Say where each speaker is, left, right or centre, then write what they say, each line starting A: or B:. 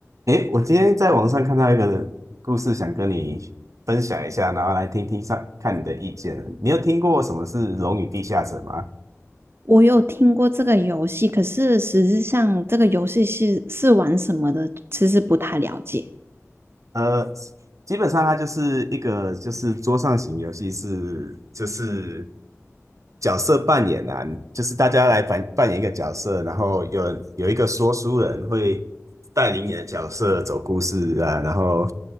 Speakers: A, on the right (about 75°); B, on the right (about 50°).
A: 诶，我今天在网上看到一个故事，想跟你分享一下，然后来听听上看你的意见。你有听过什么是《龙与地下城》吗？
B: 我有听过这个游戏，可是实质上这个游戏是是玩什么的，其实不太了解。
A: 呃，基本上它就是一个就是桌上型游戏是，就是角色扮演啊，就是大家来扮扮演一个角色，然后有有一个说书人会带领你的角色走故事啊，然后